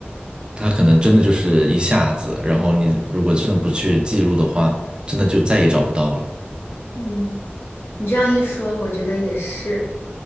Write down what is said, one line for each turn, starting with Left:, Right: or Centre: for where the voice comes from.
Right: 它可能真的就是一下子，然后你如果真的不去记录的话，真的就再也找不到了。
Left: 嗯，你这样一说，我觉得也是，